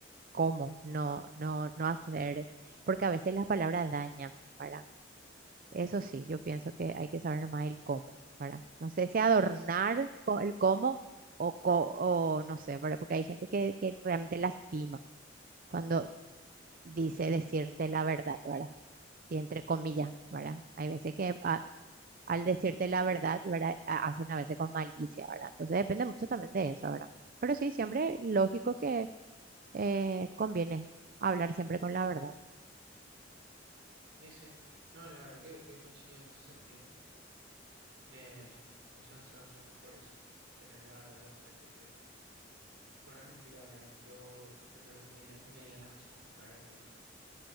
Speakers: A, on the right; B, on the right.
A: Cómo, no, no, no hacer, porque a veces las palabras dañan, ¿verdad? Eso sí, yo pienso que hay que saber más el cómo, ¿verdad? No sé si adornar co- el cómo o, co- o no sé, ¿verdad? Porque hay gente que, que realmente lastima cuando
B: ujú.
A: dice decirte la verdad, ¿verdad? Y entre comillas, ¿verdad? Hay veces que a- al decirte la verdad, ¿verdad? A- Hacen a veces con malicia, ¿verdad? Entonces depende mucho también de eso, ¿verdad? Pero sí, siempre lógico que eh, conviene hablar siempre con la verdad.
B: Y sí, no, la verdad que, que coincido en ese sentido. Eh, muchas veces va a ser mejor eso, tener la verdad enfrente que, que una mentira, ¿verdad? Yo prefiero que me digan y me digan las cosas en mi cara y me digan.